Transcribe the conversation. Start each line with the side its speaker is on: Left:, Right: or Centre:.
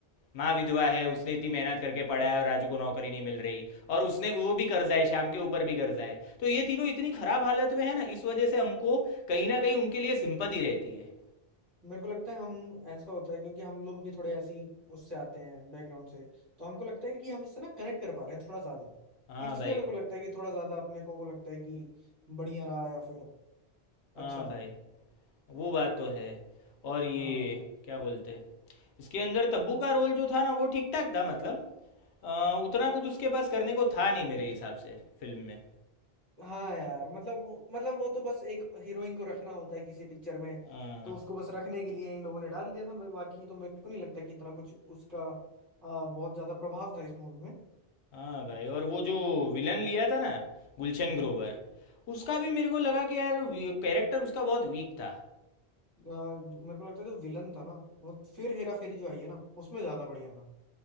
Left: माँ विधवा है उसने इतनी मेहनत करके पढ़ा है और राजू को नौकरी नहीं मिल रही और उसने वो भी कर्जा है श्याम के ऊपर भी कर्जा है तो ये तीनों इतनी खराब हालत में है ना इस वजह से हमको कहीं ना कहीं उनके लिए सिंपति रहती है
Right: मेरे को लगता है हम ऐसा होता है क्योंकि हम लोग भी थोड़े ऐसी उससे आते हैं बैकग्राउंड से तो हमको लगता है कि हम इससे ना कनेक्ट कर पा रहे हैं थोड़ा ज्यादा
Left: हाँ
Right: इसलिए
Left: भाई
Right: मेरे को लगता है कि थोड़ा ज्यादा अपने को वो लगता है कि बढ़िया रहा या फिर
Left: हाँ
Right: अच्छा
Left: भाई
Right: था
Left: वो बात तो है और ये
Right: हाँ
Left: क्या बोलते हैं इसके अंदर तब्बू का रोल जो था ना वो ठीक ठाक था मतलब अ, उतना कुछ उसके पास करने को था नहीं मेरे हिसाब से फिल्म में
Right: हाँ यार मतलब वो मतलब वो तो बस एक हीरोइन को रखना होता है किसी पिक्चर में
Left: हाँ
Right: तो उसको बस रखने के लिए इन लोगों ने डाल दिया था मैं- बाकी तो मेरे को नहीं लगता कि इतना कुछ उसका आ, बहुत ज्यादा प्रभाव था इस मूवी में
Left: हाँ भाई और वो जो विलन लिया था ना गुलशन ग्रोवर उसका भी मेरे को लगा कि यार कैरेक्टर उसका बहुत वीक था
Right: आ, मेरे को लगता है जो विलन था ना वो फिर हेरा फेरी जो आई है ना उसमें ज्यादा बढ़िया था